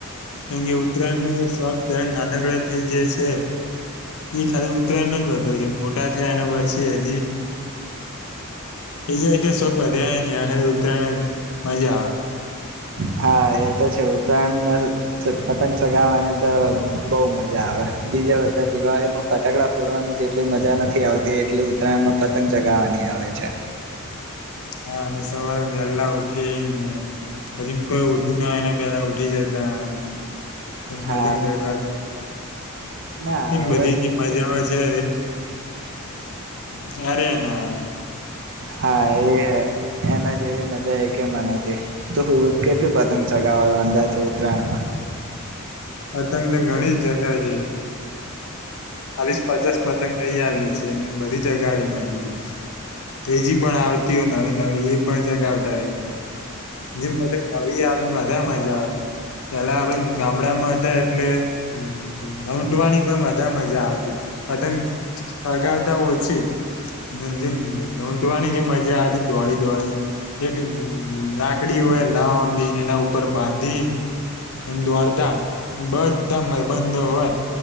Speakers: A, on the left; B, on the right.
A: હે ઉતરાણ સ્વા ત્યારે નાનકડ થી જે છે ખાલી ઉત્તરાયણ ન જ વધો છે, મોટા થયા અને પછી હજી એઈ જાય કે શોખ વધે. ત્યાં ખાલી ઉતરાયણ જ મજા આવે.
B: હા એ તો છે ઉત્તરાયણને પતંગ ચગાવવાની તો બહુ મજા આવે બીજા બધા દિવાળીમાં ફટાકડા ફોડવાની જેટલી મજા નથી આવતી એટલી ઉત્તરાયણમાં પતંગ ચગાવાની આવે છે.
A: હા અને સવારે વેલા ઉઠીને પછી કોઈ ઉઠ્યું ના હોયને પેલા ઉઠી જતાને. એમ
B: હા
A: મધંગ જગ આ
B: ના
A: એ
B: હવે
A: બધી જે મજા આવે છે છે એ અરે ના
B: હા એ એના જેવી મજા એ કેમાં નથી તું કેટલી પતંગ ચગાવ અંદાજ ઉત્તરાયણમાં
A: પતંગ તો ઘણી જગા છે ચાલીસ પચાસ પતંગ લઈ આવી છે બધી જગા આવી નાખી છે એજી પણ આવતી હોય નવીન નવી એ પણ જગ આવતા રહીયએ જેમ બધા નવી આવે બધા મજા આવે પેલા આપડે ગામડામાં લઊંટવાની પણ વધારે મજા આવતી પતંગ સગાવતા ઓછી અને જે લઊંટવાની જે મજા આવતી દોડી દોડી એક લાકડી હોય લાંબીને એના ઉપર બાંધી દોડતા બધા મબંધો હોય